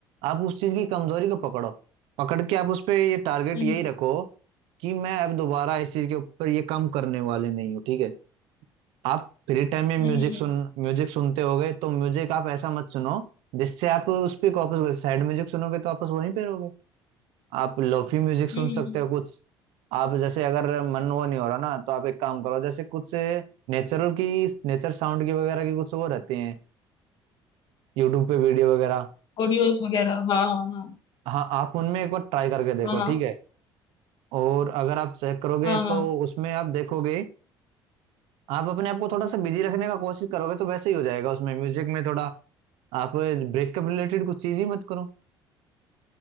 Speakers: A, on the right; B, on the left.
A: आप उस चीज की कमजोरी को पकड़ो पकड़ के आप उस पे ये टारगेट
B: हम्म
A: यही रखो कि मैं अब दोबारा इस चीज के ऊपर ये काम करने वाले नहीं हूँ ठीक है आप फ्री टाइम में
B: हम्म
A: म्यूजिक सुन म्यूजिक सुनते होगे तो म्यूजिक आप ऐसा मत सुनो जिससे आप उस पर वापस सैड म्यूजिक सुनोगे तो वापस वहीं पे रहोगे आप लोफी म्यूजिक सुन
B: हम्म
A: सकते हो कुछ आप जैसे अगर मन वो नहीं हो रहा ना तो आप एक काम करो जैसे कुछ नेचुरल की नेचर साउंड की वगैरह की कुछ वो रहती हैं यूट्यूब पे वीडियो वगैरह
B: ऑडियोज वगैरह हाँ हाँ
A: हाँ आप उनमें एक बार ट्राई करके देखो
B: हाँ हाँ
A: ठीक है और अगर आप चेक करोगे
B: हाँ हाँ
A: तो उसमें आप देखोगे आप अपने आप को थोड़ा सा बिजी रखने का कोशिश करोगे तो वैसे ही हो जाएगा उसमें म्यूजिक में थोड़ा आप ब्रेकअप रिलेटेड कुछ चीज ही मत करो